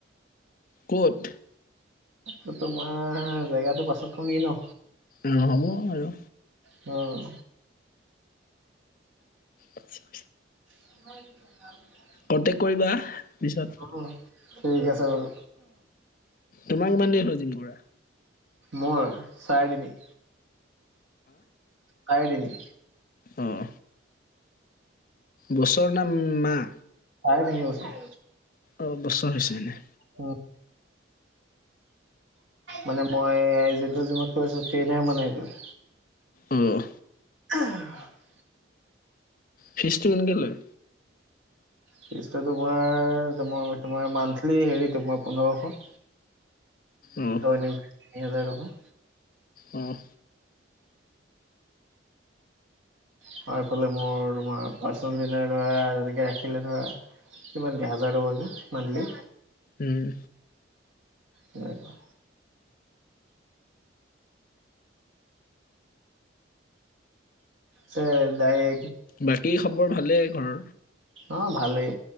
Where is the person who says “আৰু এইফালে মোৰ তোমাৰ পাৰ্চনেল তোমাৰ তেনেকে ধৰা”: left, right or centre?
Right